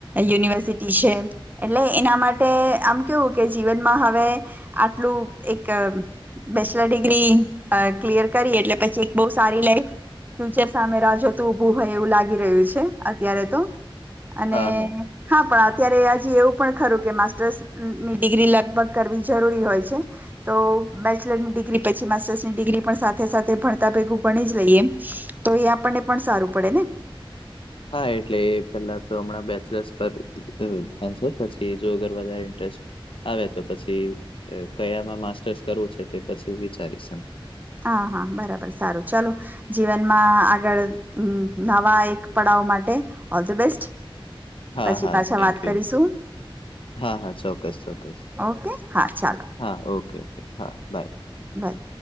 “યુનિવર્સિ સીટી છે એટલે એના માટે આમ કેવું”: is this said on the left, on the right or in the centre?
Right